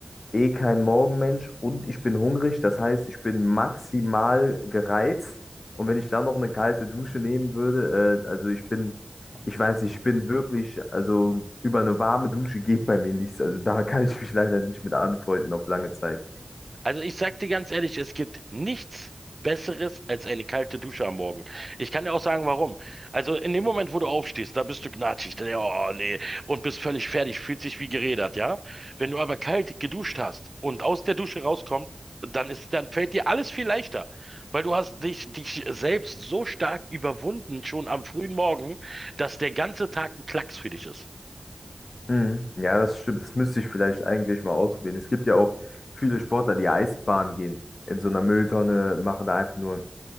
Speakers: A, on the left; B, on the right.
A: eh kein Morgenmensch und ich bin hungrig. Das heißt, ich bin maximal gereizt. Und wenn ich dann noch eine kalte Dusche nehmen würde, äh, also ich bin, ich weiß nicht, ich bin wirklich, also über eine warme Dusche geht bei mir nichts. Also da <laughs> kann ich mich leider nicht mit anfreunden auf lange Zeit.
B: Also ich sag dir ganz ehrlich, es gibt nichts Besseres als eine kalte Dusche am Morgen. Ich kann dir auch sagen, warum. Also in dem Moment, wo du aufstehst, da bist du gnatschig, da, oh nee, und bist völlig fertig, fühlt sich wie gerädert, ja? Wenn du aber kalt geduscht hast und aus der Dusche rauskommst, dann ist, dann fällt dir alles viel leichter, weil du hast dich, dich selbst so stark überwunden schon am frühen Morgen, dass der ganze Tag ein Klacks für dich ist.
A: Mhm. Ja, das stimmt. Das müsste ich vielleicht eigentlich mal ausprobieren. Es gibt ja auch viele Sportler, die Eisbahn gehen. In so einer Mülltonne machen da einfach nur